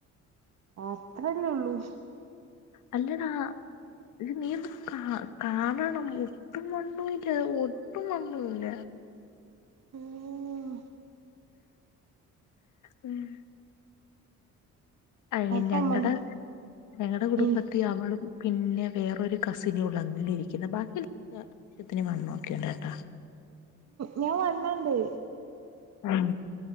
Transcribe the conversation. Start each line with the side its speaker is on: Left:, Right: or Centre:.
Right: ആത്രയെല്ലാഉള്ളൂ
Left: അല്ലടാ ഇത് നീ ഒന്ന് കാ കാണണം ഒട്ടുംമണ്ണൂല്ല ല്ല ഒട്ടും മണ്ണൂല്ല
Right: ഉം
Left: ഉം <inaudible> അയ്
Right: അപ്പൊ
Left: ഞങ്ങളുടെ
Right: ഇമ്മ
Left: ഞങ്ങളുടെ കുടുംബ
Right: ഇൻ
Left: അവളും പിന്നെ വേറൊരു കസിനേ ഉള്ളൂ അങ്ങനെ ഇരിക്കുന്നെ ബാക്കി എല്ലാ ആശ്യത്തിന് വണ്ണം ഒക്കെ ഉണ്ട് കേട്ടാ
Right: ഞാൻ വണ്ണണ്ട്
Left: ആ